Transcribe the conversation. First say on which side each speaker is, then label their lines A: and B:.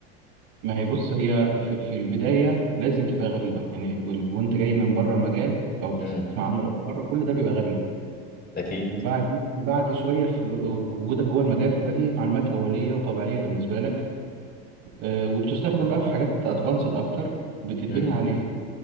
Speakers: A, on the right; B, on the left.
A: ما هي بص هي في في البداية لازم تبقى غريبة يعني وال- وأنت جاي من بره المجال أو بتسمع
B: امم
A: عنه لأول مرة كل ده بيبقى غريب
B: اكيد
A: بعد بعد شوية في جو- وجودك جوه المجال بتبقى دي معلومات أولية وطبيعية بالنسبة لك آه، وبتستخدم بقى في حاجات أدفانسد أكتر بتتبني
B: امم
A: عليها